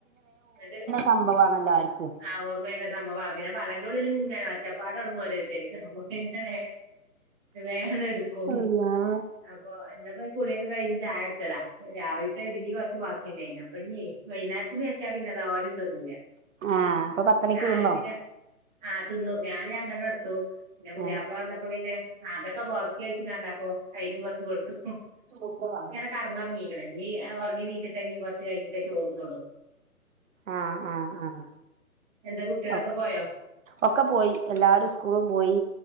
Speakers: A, in the centre; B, on the right.
A: എന്നിട്ട്-
B: സംഭവമാണ് എല്ലാവർക്കും.
A: ആ ഓർമയുള്ള സംഭവം പിന്നെ, പള്ളന്റെ ഉള്ളിലും ഇങ്ങനെ- പച്ചപ്പാടോടങ്ങും ഓരോരുതാര്- <unintelligible> എടുക്കും.
B: അല്ലാഹ്
A: അപ്പോ എന്നപ്പോ കുളിയൊക്കെ- കഴിഞ്ഞ് ചായ ടിച്ചതാ രാവിലത്തെ- ഇഡലി കൊറച്ച് ബാക്കിയുണ്ടായിന്- അപ്പ ഇന് വൈനേരത്തിന് വച്ചാ പിന്ന അത് ആരും തന്നൂല.
B: ആഹ് അപ്പൊ
A: അപ്പോ
B: പത്തണിക്ക്
A: ഞാനും
B: തിന്നോ
A: പിന്നെ, ആഹ തിന്നു ഞാനും രണ്ടെണ്ണം എടുത്തു- പിന്നെ പുതിയാപ്പള
B: ആഹ്
A: വന്നപ്പോ പിന്നെ, അതൊക്കെ ബോക്കി അയിച്ചു കണ്ടപ്പോ ആയിനും കൊറച്ച്- കൊടുത്തു
B: <unintelligible>
A: കടന്നുറങ്ങീകണ് നീ ഉറങ്ങി നീച്ചിട്ടേ- നീ കുറച്ച് കഴിഞ്ഞിട്ടേ- ചോറന്നോള്ളു.
B: ആഹാ ഉം ഉം...
A: എന്താ കുട്ടികളൊക്കെ
B: ഓ
A: പോയോ
B: ഒക്കെ പോയി, എല്ലാരും സ്കൂളും പോയി